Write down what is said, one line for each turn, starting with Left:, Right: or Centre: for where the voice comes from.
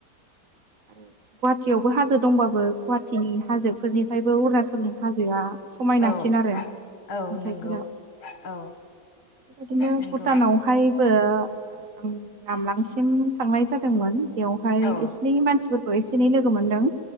Right: आरो गुवाहाटियावबो हाजो दंबाबो गुवाहटिनि हाजोफोरनिफ्रायबो अरुणाचल <unintelligible> हाजोआ समायनासिन
Left: औ
Right: आरो।
Left: औ
Right: नुथायाइफोरा
Left: नंगौ औ
Right: बेबायदिनो
Left: नंगौ
Right: भुटानावहायबो आं नामलांसिम <unintelligible> थांनाय जादोंमोन। बेवहाय
Left: औ
Right: इसिनि एसे एनै मानसिफोरखौ एसे एनै लोगो मोनदों